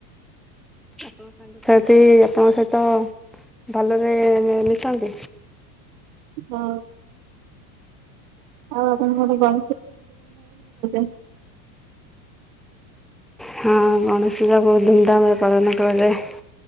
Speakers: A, in the centre; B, on the right.
A: ଆପଣଙ୍କ ସାଙ୍ଗସାଥି ଆପଣଙ୍କ ସହିତ ଭଲରେ ମିଶନ୍ତି।
B: ହଁ ଆଉ ଆପଣଙ୍କ <unintelligible>
A: ହଁ, ଗଣେଶ ପୂଜା ବହୁତ୍‌ ଧୁମଧାମରେ ପାଳନ କରାଯାଏ।